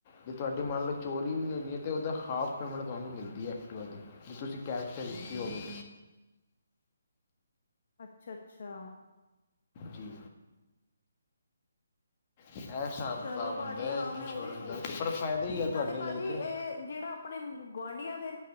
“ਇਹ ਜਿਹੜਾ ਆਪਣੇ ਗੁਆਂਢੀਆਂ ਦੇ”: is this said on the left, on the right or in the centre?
Left